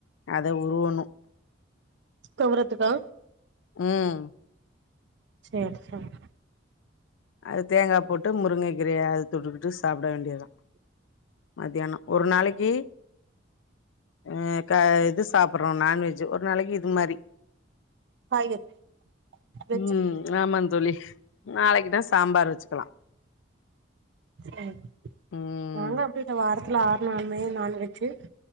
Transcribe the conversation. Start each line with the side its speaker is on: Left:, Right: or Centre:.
Left: அத உருவணு
Right: துவரத்துக்கா
Left: ம்
Right: சேர் சேர்
Left: அது தேங்கா போட்டு முருங்கக் க்ரய அது தொட்டுக்குட்டு சாப்ட வேண்டியதா மதியான ஒரு நாளக்கி ஆ க இது சாப்புட்றோ நான்வெஜ்ஜி ஒரு நாளக்கி இது மாரி
Right: காய்கறி வெஜ்ஜு
Left: ம் ஆமாந்தோழி நாளைக்கு தா ஸ் தாம்பார் வெச்சுக்கலா
Right: சேரி
Left: ம்
Right: நானு அப்டியே இந்த வாரத் த்துல ஆற் நாள்மே நான்வெச்சு